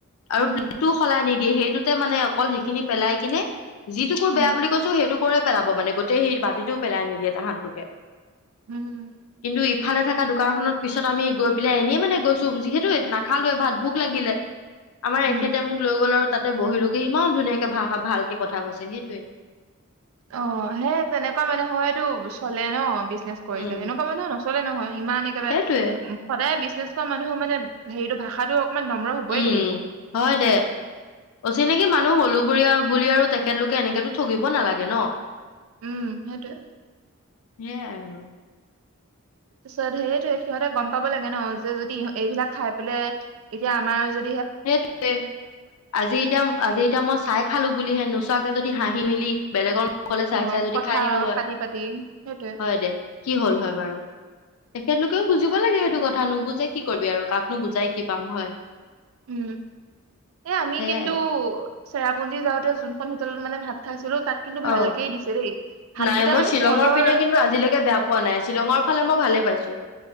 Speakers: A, on the left; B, on the right.
A: আৰু
B: উম
A: প্লেটটো
B: <inaudible>
A: সলাই নিদিয়ে সেইটোতে মানে অকল সেইখিনি পেলাই কিনে <unintelligible> যিটোোক কোৰ
B: উম
A: বেয়া বুলি কৈছো সেইটোোক <unintelligible> ক পেলাব মানে গোটেই সেই বাতিটোও পেলাই নিদিয়ে তাহাঁতলোকে <unintelligible> <inaudible>
B: উম <inaudible>
A: কিন্তু ইফালে থকা দোকানখনত পিছত আমি গৈ পেলাই এনেই মানে গৈছো যিহেতু নাখালোোৱ ভাত ভোক লাগিলে <unintelligible> তেখেতে
B: উম
A: মোক লৈ গ'ল আৰু <unintelligible> তাতে বহিলোোগে ইমান ধুনীয়াকে ভাষা ভালকে কথা কৈছে সেইটয়ে <unintelligible>
B: অ সেই তেনেকুৱা মানে হয়তটো চলে ন <unintelligible> জনে কৰিলে
A: উম
B: এনেকুৱা মানুে নচলে নহয় <unintelligible> ইমান একেবাৰে
A: সেইটোয়ে
B: সদায়েছ <unintelligible> বি কৰা মানুহৰ মানে হেৰিটো ভাষাটো <unintelligible> হবই
A: উম
B: লাগিব
A: হয় দে অচিনাকি মান হলো বুলি আৰু তেখেতলোকে এনেকেতো ঠগিব নালাগে ন
B: উম সেইটোৱে ।
A: আৰু
B: তাৰিছত সেইটোৱেই সিহঁতে গম পাব লাগে ন যে যদি এইবিলাক খাই পেলাই এতিয়া আমাৰ যদি
A: সেইটোৱেই আজি এতিয়া আজি এতিয়া মই চাই খালো বুলিহে নোচোৱাকে যদি হাঁহি মেলি বেলেগৰ অকলে চাই
B: অ
A: চাই যদি
B: কথা
A: খাই দিলো হয়
B: পাতি পাতি সেইটোৱে
A: হয় দে কি হল হয় বাৰু তেখেতলোকেও বুজিব লাগে সেইটো কথা কথা নুবুজে কি কৰিবি আৰু কাকনো বুজাই কি পাম হয়
B: উম এ আমি
A: সেয়াই
B: কিন্তু চেৰাপুঞজী যাওঁতে যোনখন হোটেলত মানে ভাত খাইছিলো তাত কিন্তু ভালকেই
A: অঁ
B: দিছে দেই ভাতকেইটা
A: নাই মই
B: মানে
A: শ্বিলঙৰ
B: সিহঁতৰ
A: পিনে কিন্তু আজিলৈকে বেয়া পোৱা নাই শ্বিলঙৰ ফালে মই ভালে পাইছো